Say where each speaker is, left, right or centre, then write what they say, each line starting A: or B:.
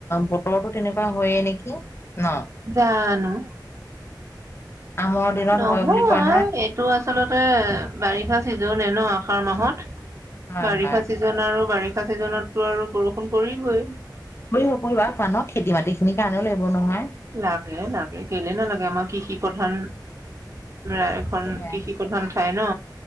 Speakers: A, on the left; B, on the right.
A: বতলটো তেনেকুৱা হয়য়ে নেকি? ন
B: জানো
A: আমৰ দিনত
B: নহয়
A: হয় বুলি কয়
B: এইটো আছ- আচলতে বাৰিষা চিজনে ন আহাৰ মাহত
A: হয়
B: বাৰিষা
A: হয়
B: ছিজন আৰু বাৰিষ- ছিজনতটো আৰু বৰষুণ পৰিবই।
A: পৰিব পৰিব আৰু মানুহক খেতি মাটি খিনিৰ কাৰণেও লাগিব নহয়।
B: লাগে লাগে কেলে নালাগে আমাক কৃষি প্ৰধান আৰ এখন
A: সেয়াই
B: কৃষি প্ৰধন ঠাই ন